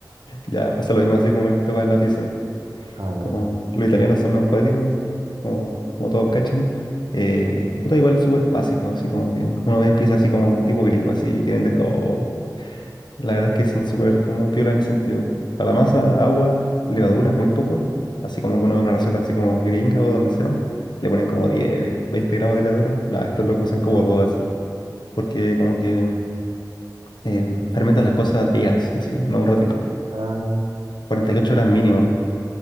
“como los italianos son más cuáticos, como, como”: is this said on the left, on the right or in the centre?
Left